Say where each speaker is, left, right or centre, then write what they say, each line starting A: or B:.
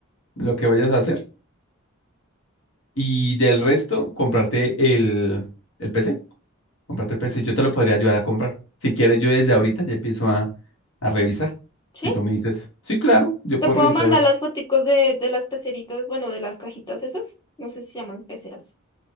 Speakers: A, on the left; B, on the left.
A: lo que vayas a hacer. Y del resto, comprarte el, el PC. Comprarte el PC, yo te lo podría ayudar a comprar. Si quieres, yo desde ahorita ya empiezo a, a revisar.
B: sí.
A: Si tú me dices, sí, claro, yo
B: Te
A: puedo
B: puedo
A: revisar.
B: mandar
A: a ver".
B: las foticos de, de las peceritas, bueno, de las cajitas esas. No sé si se llaman peceras.